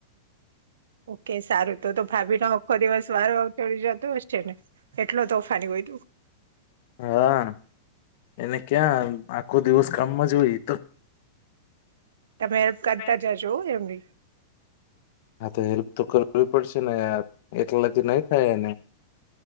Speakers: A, on the right (about 80°); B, on the left (about 60°).
A: ઓકે સારું તો તો ભાભીનો આખો દિવસ વારો અવતડી જતો હશે ને એટલો તોફાની હોય તું.
B: હા એને ક્યાં આખો દિવસ કામમાં જ હોય તો.
A: તમે હેલ્પ કરતા
B: હા
A: જજો એમની.
B: હા તો હેલ્પ તો કરવી પડશે ને યાર એટલાધ નહી થાયને.